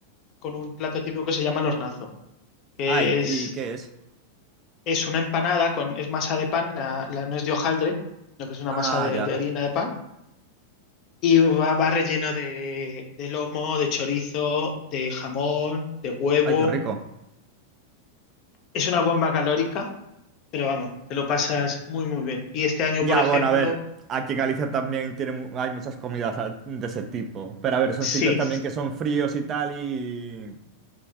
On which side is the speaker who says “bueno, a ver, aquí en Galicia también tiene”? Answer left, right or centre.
Right